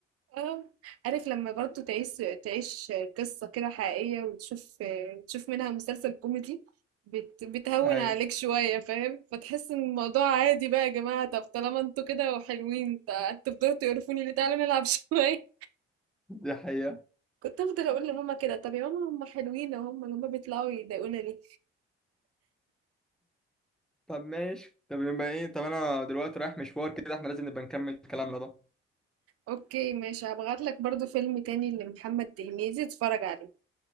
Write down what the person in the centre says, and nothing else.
اي
دي حقيقه
طب ماشي طب يبقى ايه طب انا دلوقتي رايح مشوار كده احنا لازم نبقى نكمل كلامنا ده